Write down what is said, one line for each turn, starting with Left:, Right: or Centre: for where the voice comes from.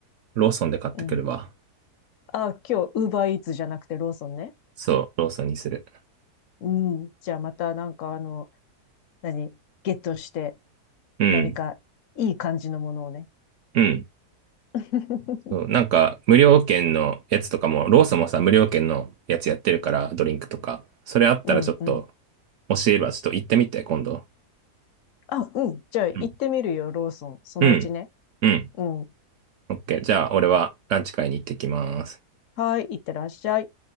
Right: ローソンで買ってくるわ。
Left: うん。あ、今日、ウーバーイーツじゃなくてローソンね。
Right: そう、ローソンにする。
Left: うん。じゃあまたなんかあの、何、ゲットして、
Right: うん。
Left: 何かいい感じのものをね。
Right: うん。
Left: <laughs>
Right: そう、なんか、無料券のやつとかも、ローソンもさ、無料券のやつやってるから、ドリンクとか。それあったらちょっと、
Left: うん、うん。
Right: 教えればちょっと行ってみて、今度。
Left: あ、うん。じゃあ行ってみるよ、
Right: うん。
Left: ローソン。そのうちね。
Right: うん。うん
Left: うん。
Right: OK。じゃあ、俺はランチ会に行ってきます。
Left: はい、行ってらっしゃい。